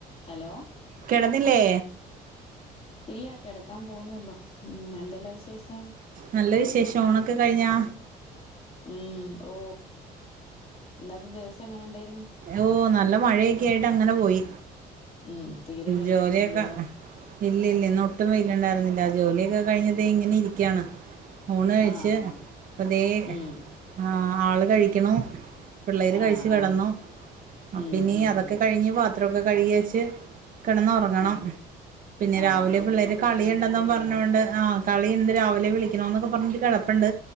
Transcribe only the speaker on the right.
കിടന്നില്ലേ?
നല്ല വിശേഷം ഊ ണൊക്കെ കഴിഞ്ഞാ?
ഓ നല്ല മഴയൊക്കെ ആയിട്ട് അങ്ങനെ പോയി
ജോലിയൊക്കെ
ഇല്ല ഇല്ല ഇന്ന് ഒട്ടും വെയില്ലണ്ടായിരുന്നില്ല ജോലിയൊക്കെ കഴിഞ്ഞു ദേ ഇങ്ങനെ ഇരിക്കയാണ്. ഉണ് കഴിച്ച്ഇപ്പ
ദേ
ആഹ് ആള് കഴിക്കണ പിള്ളേര്
കഴിച്ചു കിടന്നു
അപ്പ
ഇനീ
അതൊക്കെ
കഴിഞ്ഞ് പാത്രമൊക്കെ കഴുകിയ വെച്ച് കിടന്നറങ്ങ ണം
പിന്നെ
രാവിലെ
പിള്ളേര് കളിണ്ടെന്നും
പറഞ്ഞോണ്ട് ആഹ് കളി എന്ത് രാവിലെ വിളിക്കണ എന്നൊക്കെ പറഞ്ഞിട്ട് കിടപ്പുണ്ട്